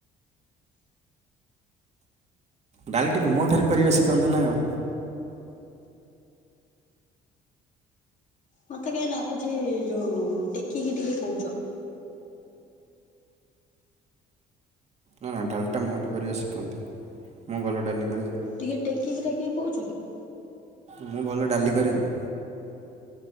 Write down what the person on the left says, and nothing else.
ମତେ କାଇଁ ଲାଗୁଚି ଯୋଉ ଟେକିକି ଟିକେ କହୁଚ।
ଟିକେ ଟେକିକି ଟେକିକି କହୁଚ କି?